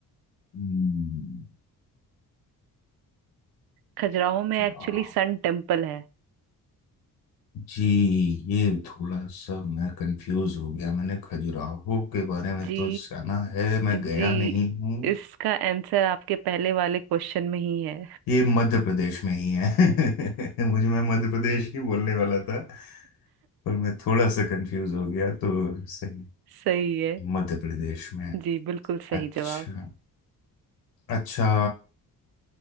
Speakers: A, on the left; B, on the right.
A: हम्म,
B: खजुराहो में
A: खजुराहो।
B: एक्चुअली सन टेम्पल है
A: जी ये थोड़ा सा मैं कंफ्यूज हो गया मैंने खजुराहो के बारे में
B: जी
A: तो सुना है मैं
B: जी
A: गया नहीं हूँ
B: इसका आंसर आपके पहले वाले क्वेश्चन में ही है
A: ये मध्य प्रदेश में ही है <laughs> मुझे मैं मध्य प्रदेश ही बोलने वाला था पर मैं थोड़ा सा कंफ्यूज हो गया तो सही
B: सही है
A: मध्य प्रदेश में
B: जी बिल्कुल सही
A: अच्छा
B: जवाब
A: अच्छा